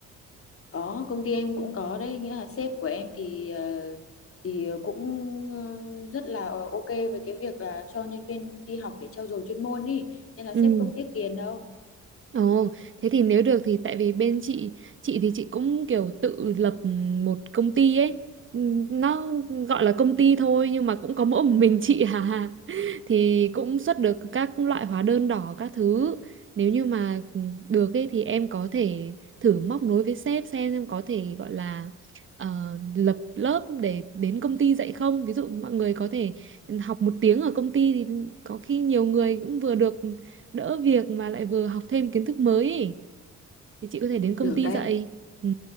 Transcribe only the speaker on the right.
Ừ.
Ồ, thế thì nếu được thì tại vì bên chị chị thì chị cũng kiểu tự lập một công ty ấy Ừm, nó gọi là công ty thôi nhưng mà cũng có mỗi một mình chị à <laughs> thì cũng xuất được các loại hóa đơn đỏ các thứ nếu như mà được ấy thì em có thể thử móc nối với sếp xem em có thể gọi là ờ, lập lớp để đến công ty dạy không ví dụ mọi người có thể học một tiếng ở công ty thì có khi nhiều người cũng vừa được đỡ việc mà lại vừa học thêm kiến thức mới ấy. Thì chị có thể đến công
ty
dạy. Ừ.